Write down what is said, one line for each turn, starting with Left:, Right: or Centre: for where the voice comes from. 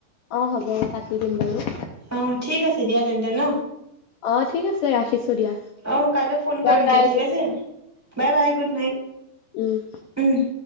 Left: অ হ'ব মই পাতি দিম বাৰু
Centre: অ' ঠিক আছে দিয়া তেন্তে ন'।
Left: অ ঠিক আছে ৰাখিছো দিয়া
Centre: অহ' কাইলৈ ফোন
Left: বাই
Centre: কৰিম
Left: বাই
Centre: দিয়া ঠিক আছে। Bye bye! Good night.
Left: উম'।
Centre: উম'।